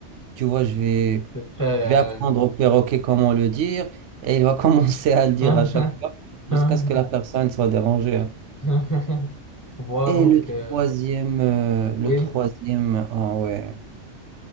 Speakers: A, on the right (about 80°); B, on the left (about 20°).
A: tu vois, je vais,
B: C'est très...
A: je vais apprendre au perroquet comment le dire et il va <laughs> commencer à le dire
B: euh,
A: à chaque fois jusqu'à ce que la
B: <laughs>
A: personne soit dérangée. hein.
B: <laughs> Voilà
A: Et
B: donc,
A: le
B: euh,
A: troisième, euh,
B: oui.
A: le troisième, ah ouais,